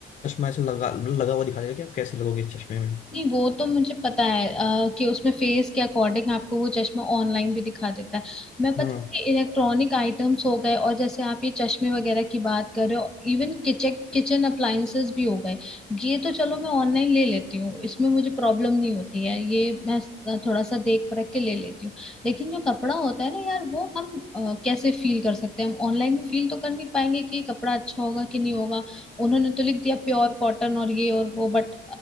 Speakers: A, on the left (about 40°); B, in the centre.
A: चश्मा ऐसे लगा मतलब लगा हुआ दिखा देगा कि आप कैसे लगोगे इस चश्मे में
B: नहीं वो तो मुझे पता है अ, कि उसमें फेस के अकॉर्डिंग आपको वो चश्मा ऑनलाइन भी दिखा देता है मैं पता
A: हाँ
B: है इलेक्ट्रॉनिक आइटम्स हो गए और जैसे आप ये चश्मे वगैरह की बात कर रहे हो इवन किचन किचन अप्लाइंसेस भी हो गए ये तो चलो मैं ऑनलाइन ले लेती हूँ इसमें मुझे प्रॉब्लम नहीं होती है ये मैं अ, थोड़ा सा देख परख के ले लेती हूँ लेकिन जो कपड़ा होता है ना यार वो हम अ, कैसे फील कर सकते हैं हम ऑनलाइन में फील तो कर नहीं पाएंगे कि ये कपड़ा अच्छा होगा कि नहीं होगा उन्होंने तो लिख दिया प्योर कॉटन और ये और वो बट